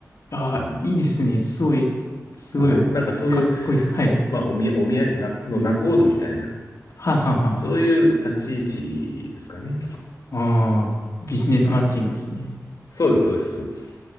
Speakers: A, on the left (about 55°); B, on the left (about 75°).
A: ああ、
B: うん。
A: いいですね。すごい、すごい、
B: はい。なんかそういう、
A: かっこいいです。はい。
B: お、まあ、お見合い、お見合いな、の仲人みたいな、
A: はあはあは
B: そういう立ち位置ですかね。
A: あ。ああ、ビジネスマッチングですね。
B: はい。そうです、そうです、そうです。